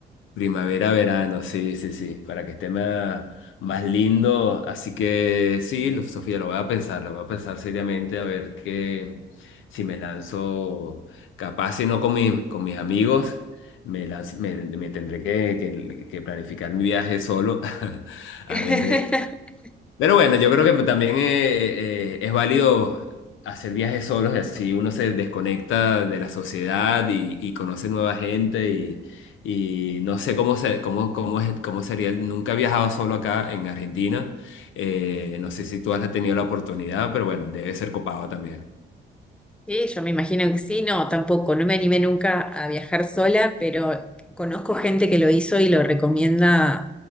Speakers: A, on the left; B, in the centre.
A: Primavera, verano, sí, sí, sí, para que esté más, más lindo. Así que sí, lo- Sofía, lo voy a pensar, lo voy a pensar seriamente a ver que si me lanzo, capaz si no con, mi- con mis amigos, me, lanz- me, me tendré que, que- que planificar mi viaje solo, <laughs> a
B: <laughs>
A: ver, pero bueno, yo creo que también eh, eh, es válido hacer viajes solos, y así uno se desconecta de la sociedad y, y conoce nueva gente y, y no sé cómo, se, cómo, cómo, es- cómo sería. Nunca he viajado solo acá en Argentina. Eh, no sé si tú has tenido la oportunidad, pero bueno, debe ser copado también.
B: Sí, yo me imagino que sí, no, tampoco. No me animé nunca a viajar sola, pero conozco gente que lo hizo y lo recomienda